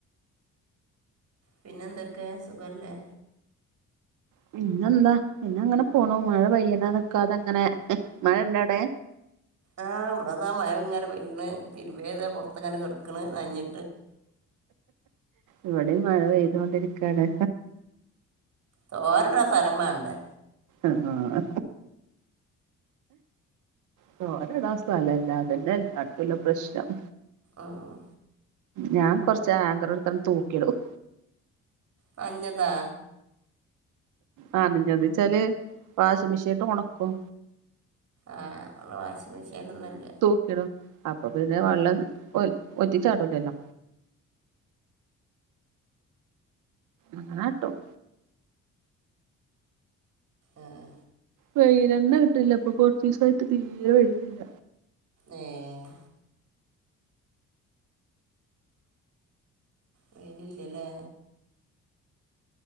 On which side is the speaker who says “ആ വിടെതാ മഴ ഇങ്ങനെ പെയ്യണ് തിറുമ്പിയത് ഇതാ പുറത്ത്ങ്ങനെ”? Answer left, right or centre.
Right